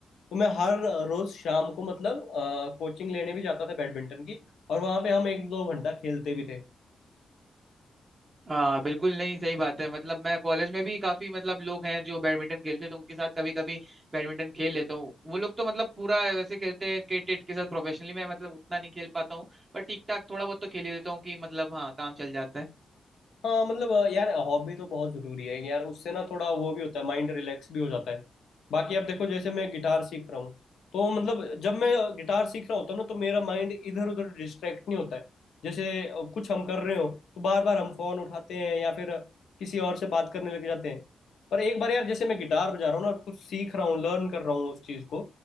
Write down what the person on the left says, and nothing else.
तो मैं हर रोज शाम को मतलब कोचिंग लेने भी जाता था बैडमिंटन की और वहाँ पे हम एक दो घंटा खेलते भी थे
हाँ मतलब अ, यार हॉबी तो बहुत ज़रूरी है यार उससे ना थोड़ा वो भी होता है माइंड रिलैक्स भी हो जाता है बाकी अब देखो जैसे मैं गिटार सीख रहा हूँ तो मतलब जब मैं गिटार सीख रहा होता हूँ ना तो मेरा माइंड इधर उधर डिस्ट्रैक्ट नहीं होता है जैसे अ, कुछ हम कर रहे हो तो बार बार हम फ़ोन उठाते हैं या फिर किसी और से बात करने लग जाते हैं पर एक बार यार जैसे मैं गिटार बजा रहा हूँ ना कुछ सीख रहा हूँ लर्न कर रहा हूँ उस चीज़ को